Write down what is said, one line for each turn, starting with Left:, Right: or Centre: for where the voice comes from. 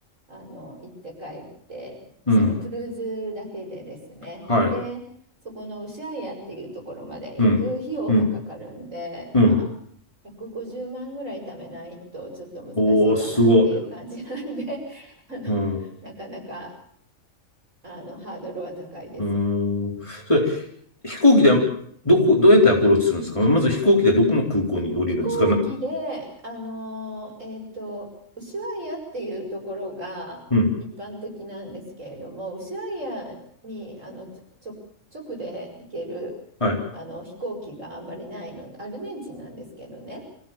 Right: あの、行って帰って、
Left: うん。
Right: そのクルーズだけでですね。
Left: はい。
Right: で、そこのウシャイアっていうところまで行く費用もかかるんで、
Left: うん。うん。うん。
Right: まあ、150万ぐらい貯めないとちょっと難しいかなっていう感じなんで、
Left: おー、すごい。
Right: <laughs> あの、
Left: うん。う
Right: なかなか、あの、ハードルは高いです。
Left: ーん。それ、飛行機で、どこ、どうやってアプローチするんですかまず飛行機でどこの空港に降りるんですかな、
Right: 飛行機で、あのーえっと、ウシュアイアっていうところが一般的なんですけれども、
Left: うん。
Right: ウシュアイアにあのちょ、ちょ、直で行ける
Left: はい。
Right: あの飛行機があんまりないので、アルゼンチンなんですけどね。